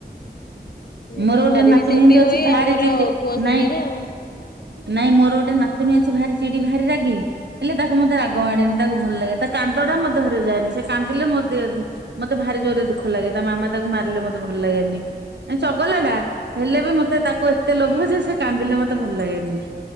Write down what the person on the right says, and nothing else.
ମୋର
ଗୋଟେ
ନାତୁଣୀ
ଏମିତି ଅଛି।
ଭାରି
ଜିଦି
ନାଇଁ
ନାଇଁ ମୋର ଗୋଟେ ନାତୁଣୀ ଅଛି ଭାରି ଚିଡି ଭାରି ରାଗି। ହେଲେ ତାକୁ ମତେ ରାଗ ମାଡେନି ତାକୁ ଭଲ ଲାଗେ ତା କାନ୍ଦଟା ମୋ ଦେହରେ ଯାଏନି ସେ କାନ୍ଦିଲେ ମୋ ମତେ ଭାରି ଜୋରରେ ଦୁଃଖ ଲାଗେ ତା ମାମା ତାକୁ ମାରିଲେ ମତେ ଭଲ ଲାଗେନି ଚଗଲା ଟା ହେଲେ ବି ମତେ ତାକୁ ଏତେ ଲୋଭ ଯେ ସେ କାନ୍ଦିଲେ ମତେ ଭଲ ଲାଗେନି।